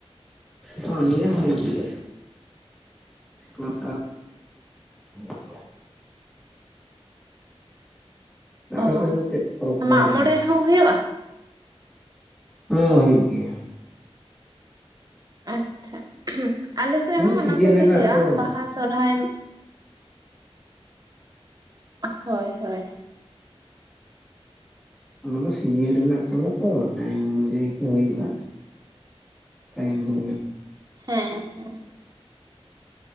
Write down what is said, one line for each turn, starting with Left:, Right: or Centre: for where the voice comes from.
Centre: ᱦᱚᱸ ᱱᱤᱭᱟᱹ ᱦᱚᱸ ᱦᱩᱭᱩᱜ ᱜᱮᱭᱟ ᱱᱮᱛᱟᱨ <unintelligible>
Right: ᱚᱸ
Centre: ᱥᱮᱱ ᱫᱚ ᱵᱟᱝ ᱦᱩᱭᱩᱜ ᱜᱮᱭᱟ ᱟᱯᱮ ᱥᱮᱱ ᱫᱚ ᱪᱮᱫ ᱯᱚᱨᱚᱵᱽ ᱠᱚ
Right: ᱢᱟᱜ
Centre: ᱦᱩᱭᱩᱜ ᱜᱮᱭᱟ
Right: ᱢᱚᱬᱮ ᱦᱚᱸ ᱦᱩᱭᱩᱜᱼᱟ᱾
Centre: ᱦᱚᱸ ᱦᱩᱭᱩᱜ ᱜᱮᱭᱟ
Right: ᱟᱪᱪᱷᱟ ᱟᱞᱮᱥᱮᱫ ᱦᱚᱸ
Centre: ᱥᱤᱡᱤᱱ
Right: ᱚᱱᱟ ᱠᱚᱜᱮ
Centre: ᱨᱮᱱᱟᱜ
Right: ᱦᱩᱭᱩᱜᱼᱟ
Centre: ᱛᱚ
Right: ᱵᱟᱦᱟ ᱥᱚᱨᱦᱟᱭ ᱦᱳᱭ ᱦᱳᱭ
Centre: ᱚᱱᱟ ᱫᱚ ᱥᱤᱡᱮᱱ ᱨᱮᱱᱟᱜ ᱠᱟᱱᱟ ᱛᱚ ᱴᱟᱭᱤᱢ ᱚᱱᱩᱡᱟᱭᱤ ᱜᱮ ᱦᱩᱭᱩᱜᱼᱟ᱾ ᱴᱟᱭᱤᱢ ᱦᱩᱭ ᱞᱮᱱ
Right: ᱦᱮᱸ ᱦᱮᱸ